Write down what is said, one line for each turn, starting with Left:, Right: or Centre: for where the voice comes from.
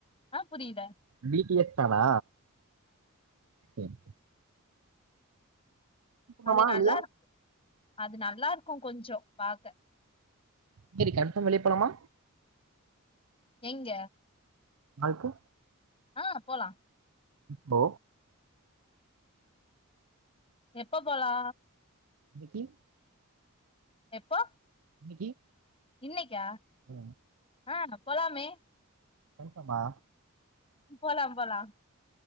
Left: ஆ புரியில
Right: பி டி எஸ் தானா செரி செர்
Left: அது
Right: ஆமா
Left: நல்லா
Right: எ
Left: இரு- அது நல்லாருக்கு கொஞ்சோ பாக்க
Right: செரி கன்பாம் வெளிய போலாமா
Left: எங்க
Right: அதுக்கு
Left: ஆ போலா
Right: போ
Left: எப்ப போலா
Right: இன்னிக்கி
Left: எப்போ
Right: இன்னிக்கி
Left: இன்னைக்கா
Right: அ
Left: ஆ போலாமே
Right: கன்பாமா
Left: போலா போலா